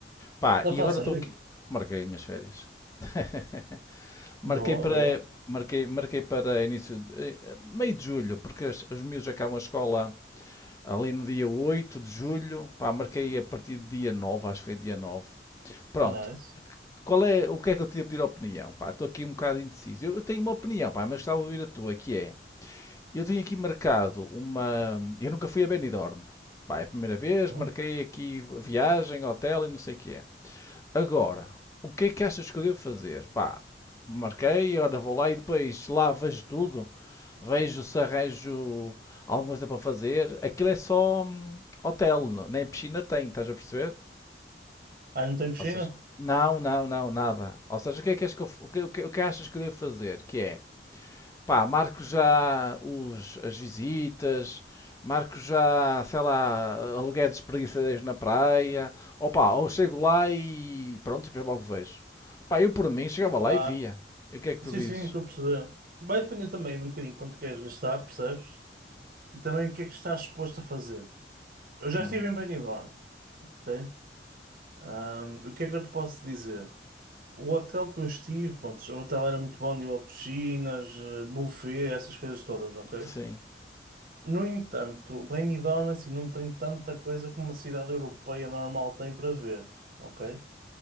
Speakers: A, on the left; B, on the right.
A: Pá,
B: Está
A: e
B: a falar
A: agora
B: sério?
A: estou aqui. Marquei as minhas férias. <laughs> Marquei
B: Boa,
A: para.
B: boa.
A: Marquei, marquei para início de, eh, meio de julho, porque as- os miúdos acabam a escola ali no dia 8 de julho. Pá, marquei a partir do dia 9, acho que foi dia 9. Pronto,
B: Nice.
A: Qual é, o que é que eu tinha a pedir a opinião? Pá, estou aqui um bocado indeciso. Eu, eu tenho uma opinião, pá, mas estava a ouvir a tua, que é... Eu tenho aqui marcado uma... Eu nunca fui a Benidorm. Pá, é a primeira vez,
B: Hum.
A: marquei aqui viagem, hotel e não sei o que é. Agora, o que é que achas que eu devo fazer? Pá, marquei, ora vou lá e depois lá vejo tudo. Vejo se arranjo alguma coisa para fazer. Aquilo é só hum, hotel, nem piscina tem, estás a perceber?
B: Ah, não tem piscina?
A: Ou seja, não, não, não, nada. Ou seja, o que é que, és que eu, o que, o que, o que achas que eu devo fazer? Que é, pá, marco já os, as visitas, marco já, sei lá, aluguéis de espreguiçadeiros na praia, ou pá, ou chego lá e pronto, e depois logo vejo. Pá, eu por mim chegava
B: Opa.
A: lá e via. E o que é que tu
B: Sim,
A: dizes?
B: sim, estou a perceber. Vai depender também de um bocadinho quanto queres gastar, percebes? E também o que é que estás disposto a fazer. Eu já
A: Hum,
B: estive em Benidorm, ok? Ahm, o que é que eu te posso dizer? O hotel que eu estive, pronto, o hotel era muito bom, nível de piscinas, eh, buffet, essas coisas todas, ok?
A: sim.
B: No entanto, Benidorm assim, não tem tanta coisa como uma cidade europeia normal tem para ver, ok?